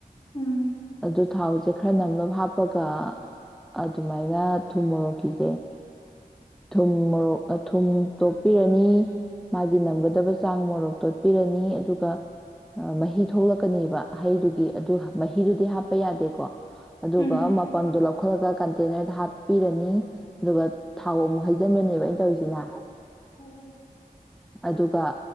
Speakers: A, on the left; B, in the centre.
A: ꯎꯝ
B: ꯑꯗꯨ ꯊꯥꯎꯁꯦ ꯈꯔ ꯅꯝꯂꯞ ꯍꯥꯞ ꯍꯥꯞꯄꯒ ꯑꯗꯨꯃꯥꯏꯅ ꯊꯨꯝꯃꯣꯔꯣꯛꯈꯤꯁꯦ ꯊꯨꯝ ꯃꯣꯔꯣꯛ ꯊꯨꯝ ꯇꯣꯠꯄꯤꯔꯅꯤ ꯃꯥꯒꯤ ꯅꯝꯒꯗꯕ ꯆꯥꯡ ꯃꯣꯔꯣꯛ ꯇꯣꯠꯄꯤꯔꯅꯤ ꯑꯗꯨꯒ ꯃꯍꯤ ꯊꯣꯛꯂꯛꯀꯅꯦꯕ ꯍꯩꯗꯨꯒꯤ ꯑꯗꯨ ꯃꯍꯤꯗꯨꯗꯤ ꯍꯥꯞꯄ ꯌꯥꯗꯦꯀꯣ ꯑꯗꯨꯒ
A: ꯎꯝ
B: ꯃꯄꯜꯗꯣ ꯂꯧ ꯂꯧꯈꯠꯂꯒ ꯀꯟꯇꯦꯅꯔꯗ ꯍꯥꯞꯄꯤꯔꯅꯤ ꯑꯗꯨꯒ ꯊꯥꯎ ꯑꯃꯨꯛ ꯍꯩꯖꯤꯟꯕꯅꯦꯕ ꯑꯩꯅ ꯇꯧꯔꯤꯁꯤꯅ
A: ꯎꯝ ꯎꯝ
B: ꯑꯗꯨꯒ